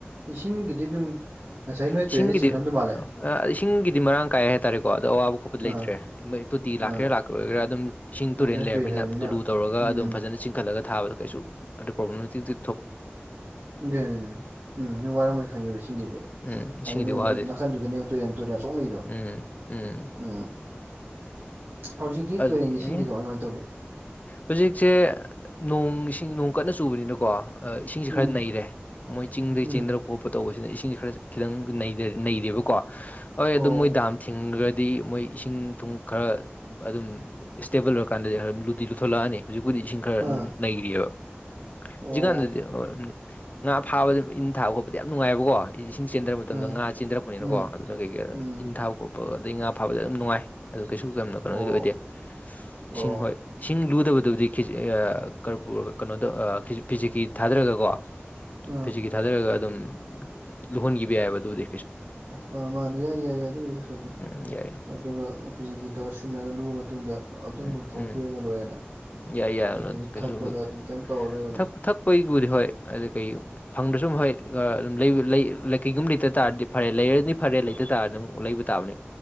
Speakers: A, on the right (about 60°); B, on the left (about 40°).
A: ꯏꯁꯤꯡꯒꯤꯗꯤ ꯑꯗꯨꯝ ꯉꯁꯥꯏ ꯅꯣꯏ
B: ꯏꯁꯤꯡꯒꯤꯗꯤ
A: ꯇꯨꯔꯦꯟꯗ ꯆꯤꯡꯈ꯭ꯔꯝꯗ ꯃꯥꯜꯂꯦ
B: ꯑ ꯏꯁꯤꯡꯒꯤꯗꯤ ꯃꯔꯥꯡ ꯀꯥꯏ ꯍꯥꯏꯇꯥꯔꯦꯀꯣ ꯑꯗꯣ ꯑꯋꯥꯕ ꯈꯣꯠꯄ ꯂꯩꯇ꯭ꯔꯦ
A: ꯑꯥ
B: ꯇꯣꯇꯤ ꯂꯥꯛꯀꯦꯔꯥꯥꯛꯀꯦ
A: ꯑꯥ
B: ꯑꯣꯏꯒꯦꯔꯥ ꯑꯗꯨꯝ ꯏꯁꯤꯡ ꯇꯨꯔꯦꯟ
A: ꯑꯥ ꯅꯣꯏ
B: ꯂꯩꯔꯕꯅꯤꯅ
A: ꯇꯨꯔꯦꯜ ꯂꯩꯕꯅꯤꯅ
B: ꯇꯨꯂꯨ ꯇꯧꯔꯒ
A: ꯎꯝ
B: ꯑꯗꯨꯝ ꯐꯖꯅ ꯆꯤꯡꯈꯠꯂꯒ ꯊꯥꯕꯗ ꯀꯩꯁꯨ ꯑꯗꯨ ꯄ꯭ꯔꯣꯕ꯭ꯂꯦꯝꯃꯦꯇꯤꯛꯇ
A: ꯎ ꯎꯝ ꯅ ꯋꯥꯔꯝꯃ ꯈꯪꯉꯤꯕ ꯏꯁꯤꯡꯒꯤꯁꯦ
B: ꯎꯝ
A: ꯍꯥꯏ
B: ꯏꯁꯤꯡꯒꯤꯗꯤ
A: ꯅꯣꯏ ꯃ
B: ꯋꯥꯗꯦ
A: ꯅꯥꯀꯟꯗꯨꯗ ꯅꯦꯞꯇꯣꯏꯦꯅ ꯇꯣꯏꯔꯦ ꯁꯣꯛꯂꯤꯩꯗꯣ
B: ꯎꯝ ꯎꯝ
A: ꯎ ꯍꯧꯖꯤꯛꯇꯤ
B: ꯑꯗꯨ
A: ꯇꯨꯔꯦꯟꯒꯤ ꯏꯁꯤꯡꯗꯤ
B: ꯑꯦ
A: ꯀꯃꯥꯏ ꯀꯃꯥꯏ ꯇꯧꯔꯤ
B: ꯍꯧꯖꯤꯛꯁꯦ ꯅꯣꯡ ꯏꯁꯤꯡ ꯅꯣꯡ ꯀꯟꯅ ꯆꯨꯕꯅꯤꯅꯀꯣ ꯏꯁꯤꯡꯁ ꯈꯔ
A: ꯎꯝ
B: ꯅꯩꯔꯦ ꯃꯣꯏ ꯆꯤꯡꯗꯒꯤꯩ
A: ꯎꯝ
B: ꯆꯦꯟꯗꯔꯛ ꯈꯣꯠꯄ ꯇꯧꯕꯁꯤꯅ ꯏꯁꯤꯡꯁꯦ ꯈꯔ ꯈꯤꯇꯪ ꯅꯩꯔꯦꯕꯀꯣ ꯍꯣꯏ ꯑꯗꯨꯝ
A: ꯑꯣ
B: ꯃꯣꯏ ꯗꯥꯝ ꯊꯤꯡꯈꯒꯗꯤ ꯃꯣꯏ ꯏꯁꯤꯡ ꯊꯨꯝ ꯈꯔ ꯑꯗꯨꯝ ꯏꯁꯇꯦꯕꯜ ꯑꯣꯏꯔ ꯀꯥꯟꯗꯗꯤ ꯗꯤ ꯂꯨꯊꯠꯂꯛꯑꯅꯤ ꯍꯧꯖꯤꯛꯄꯨꯗꯤ ꯏꯁꯤꯡ ꯈꯔ
A: ꯑꯥ
B: ꯅꯩꯔꯤꯑꯕ ꯍꯧꯖꯤꯛꯀꯥꯟꯗꯗꯤ
A: ꯑꯣ
B: ꯉꯥ ꯐꯥꯕꯗ ꯏꯟ ꯊꯥꯕ ꯈꯣꯠꯄꯗꯤ ꯌꯥꯝ ꯅꯨꯡꯉꯥꯏꯕꯀꯣ ꯏꯁꯤꯡ ꯆꯦꯟꯗꯔ ꯃꯇꯝꯗ
A: ꯑꯥ
B: ꯉꯥ ꯆꯦꯟꯊꯔꯛꯄꯅꯤꯅꯀꯣ
A: ꯎꯝ
B: ꯑꯗꯨꯅ ꯀꯩ ꯀꯩ
A: ꯎꯝ
B: ꯏꯟ ꯊꯥꯕ ꯈꯣꯠꯄ ꯑꯗꯩ ꯉꯥ ꯐꯥꯕꯗ ꯑꯗꯨꯝ ꯅꯨꯡꯉꯥꯏ ꯑꯗꯨ ꯀꯩꯁꯨ ꯀꯝꯅ ꯀꯩꯅꯣꯗꯤ
A: ꯑꯣ
B: ꯑꯣꯏꯗꯦ ꯏꯁꯤꯡ
A: ꯑꯣ
B: ꯍꯣꯏ ꯏꯁꯤꯡ ꯂꯨꯗꯕꯗꯨꯕꯨꯗꯤ ꯀꯩꯅꯣꯗ ꯐꯤꯖꯤꯦꯀꯤ ꯊꯥꯗꯔꯒ ꯀꯣ
A: ꯑꯥ
B: ꯐꯤꯖꯤꯀꯤ ꯊꯥꯗꯔꯒ ꯑꯗꯨꯝ ꯂꯨꯍꯟꯈꯤꯕ ꯌꯥꯏꯑꯕ ꯑꯗꯨꯗꯤ
A: ꯑꯣ ꯃꯥꯅꯦ ꯌꯥꯏ ꯌꯥꯏ ꯑꯗꯨ ꯑꯣꯏꯔ ꯁꯠꯇꯦ
B: ꯎꯝ ꯌꯥꯏ
A: ꯑꯗꯨꯒ ꯐꯤꯖꯤꯀꯤ ꯇꯧꯔ ꯁꯤꯟꯅꯒ ꯂꯨꯕ ꯃꯇꯨꯡꯗ ꯑꯃꯇꯪ
B: ꯎꯝ
A: ꯂꯣꯡꯊꯣꯛꯄꯤꯔꯒ
B: ꯎꯝ
A: ꯂꯣꯏꯔꯅ
B: ꯌꯥꯏ ꯌꯥꯏ
A: ꯑꯗꯒꯤ
B: ꯀꯩꯁꯨ
A: ꯊꯛꯄꯗ ꯑꯗꯨꯝ ꯀꯩꯝ ꯇꯧꯔꯣꯏꯕꯅꯣ
B: ꯊꯛ ꯊꯛꯄꯒꯤꯕꯨꯗꯤ ꯍꯣꯏ ꯑꯗꯨꯗꯤ ꯀꯩꯨꯝ ꯐꯪꯗ꯭ꯔꯁꯨ ꯍꯣꯏ ꯑꯗꯨꯝ ꯀꯩꯒꯨꯝꯕ ꯂꯩꯇ ꯇꯥꯔꯗꯤ ꯐꯔꯦ ꯂꯩꯔꯗꯤ ꯐꯔꯦ ꯂꯩꯇ ꯇꯥꯔꯗꯤ ꯑꯃꯨꯛ ꯂꯩꯕ ꯇꯥꯕꯅꯦ